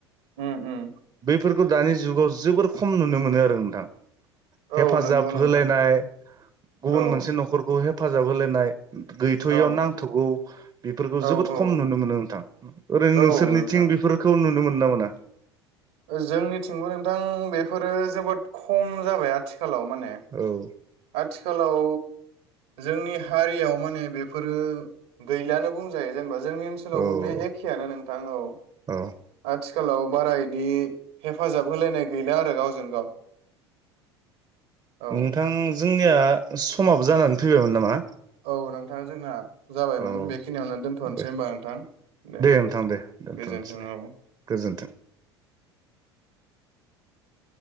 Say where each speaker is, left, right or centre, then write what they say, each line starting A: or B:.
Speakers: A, on the right; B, on the right.
A: उम उम
B: बेफोरखौ दानि जुगाव जोबोर खम नुनो मोनो आरो नोंथां हेफाजाब
A: औ नंगौ नोंथां
B: होलायनाय गुबुन
A: औ
B: मोनसे न'खरखौ हे हेफाजाब होलायनाय गैथ'यैयाव
A: औ
B: नांथ'गौ बेफोरखौ
A: औ
B: जोबोद
A: औ
B: खम नुनो मोनो नोंथां ओरैनो
A: औ
B: नोंसोरनिथिं
A: नोंथां
B: बेफोरखौ नुनो मोननो ना मोना
A: जोंनिथिंबो नोंथां बेफोरो जोबोद खम जाबाय आथि खालाव माने
B: औ
A: आथिखालाव जोंनि हारियाव माने बेफोरो गैलानो बुंजायो जेनेबा जोंनि ओनसोलावबो
B: औ
A: बे एखेआनो नोंथां औ
B: औ
A: आथि खालाव बारा इदि। हेफाजाब होलायनाय गैला गावजों गाव। औ
B: नोंथां जोंनिया समाबो जानानै फैबायमोन नामा?
A: औ नोंथां जोंना जाबायमोन
B: औ
A: बेखिनियावनो दोन्थ'नोसै
B: दे
A: होनबा नोंथां दे
B: नोंथां दे दोनथ'नोसै
A: गोजोन्थों
B: दे
A: औ।
B: गोजोन्थों
A: <inaudible>